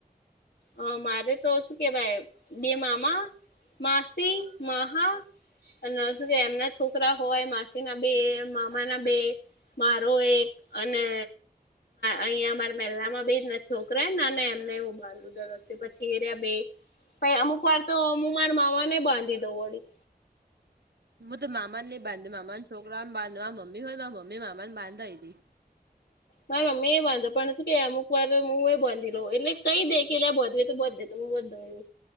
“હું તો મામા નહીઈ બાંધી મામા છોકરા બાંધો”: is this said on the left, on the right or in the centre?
Right